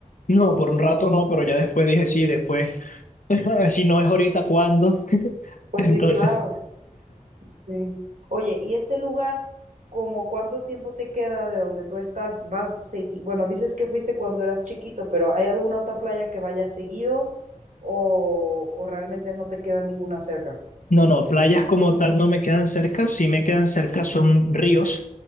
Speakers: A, on the left (about 70°); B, on the right (about 65°).
A: No, por un rato no, pero ya después dije sí, después, <laughs> si no es ahorita, ¿cuándo? <laughs>
B: Pues
A: Entonces...
B: sí, claro, sí. Oye, ¿y este lugar, como cuánto tiempo te queda de donde tú estás? ¿Vas seguido? Bueno, dices que fuiste cuando eras chiquito, pero ¿hay alguna otra playa que vayas seguido o, o realmente no te queda ninguna cerca?
A: No, no, playas como tal no me quedan cerca, sí me quedan cerca son ríos,